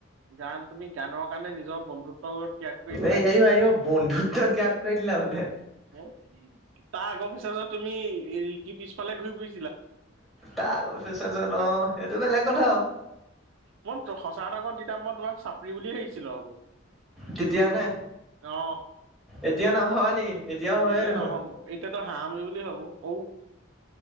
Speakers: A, on the right (about 70°); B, in the centre.
A: গান তুমি। গানৰ কাৰণে নিজৰ বন্ধুত্ববোৰত ত্যাগ কৰি দিলা।
B: এই আই আই বন্ধুত্ব ত্যাগ কৰি দিলা বোলে
A: <unintelligible> তাৰ আগৰ ফ্ৰেছাৰ্ছত তুমি এই ৰিকি পিছফালে ঘূৰি ফুৰি।
B: তাৰ অফেচোজ চাচোন অ সেইটো বেলেগ কথা।
A: মই সঁচা কওঁ তেতিয়া মই তোমাক চাপৰি বুলিয়ে ভাবিছিলো আকৌ।
B: তেতিয়ানে
A: অ
B: এতিয়া নভবা নেকি। এতিয়াও হয়ে
A: এতিয়া
B: দেখোন
A: নাভাবো এতিয়াতো হাঁহামি বুলি ভাবো ঔ